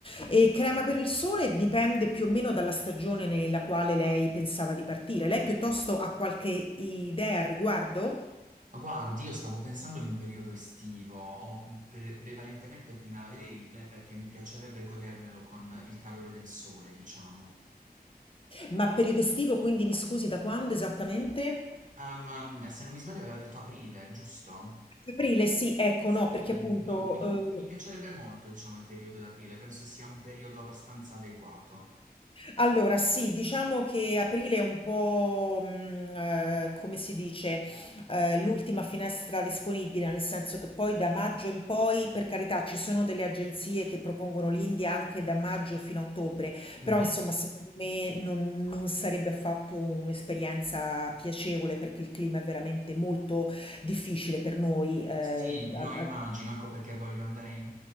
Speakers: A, on the left (about 35°); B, on the right (about 50°).
A: E crema per il sole dipende più o meno dalla stagione nella quale lei pensava di partire. Lei piuttosto ha qualche idea al riguardo?
B: Ah, Guardi, io stavo pensando in un periodo estivo o pre- prevalentemente primaverile perché mi piacerebbe godermelo con il calore del sole, diciamo.
A: Ma periodo estivo, quindi mi scusi, da quando esattamente?
B: Ehm, se non mi sbaglio aveva detto aprile, giusto?
A: Aprile, sì, ecco,
B: Sì,
A: no, perché appunto
B: non- mi non-
A: eh,
B: mi piacerebbe molto, diciamo, il periodo d'aprile, penso sia un periodo abbastanza adeguato.
A: Allora, sì, diciamo che aprile è un po', mh, eh, come si dice, eh, l'ultima finestra disponibile, nel senso che poi da maggio in poi, per carità, ci sono delle agenzie che propongono l'India anche da maggio fino a ottobre,
B: Mhm.
A: però insomma, secondo me non, non sarebbe affatto un'esperienza piacevole perché il clima è veramente molto difficile per noi. eh,
B: Sì,
A: al-
B: lo immagino,
A: al-
B: ecco perché voglio andare in